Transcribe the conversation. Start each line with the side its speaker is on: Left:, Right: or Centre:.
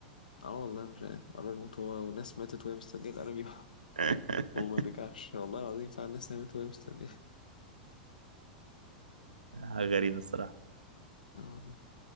Left: اه والله مش عارف قرب يموت هو وناس ماتت وهي مستنيه الانمي <laughs>
Right: <laughs>
Left: وما رجعش والله العظيم فعلا ناس ماتت وهي مستنيه
Right: غريبة الصراحة
Left: اه والله